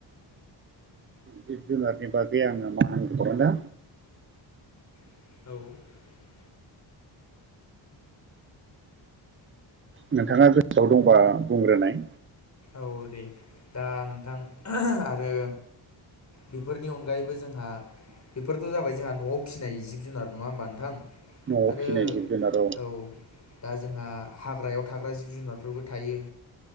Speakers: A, on the right; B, on the left.
A: जिब जुनारनि बागै आङो मा होनबावगोन दा
B: <inaudible>
A: नोंथाङा गोसोआव दंबा बुंग्रोनाय
B: औ दे दा नोंथां आरो बेफोरनि अनगायै बो जोंहा बेफोरथ' जाबाय जोंहा न'आव फिसिनाय जिब जुनार नङा होमबा नोंथां?
A: न'आव
B: आरो
A: फिसिनाय जिब जुनार
B: औ दा जोंहा हाग्रायाव थाग्रा जिब जुनारफोरबो थायो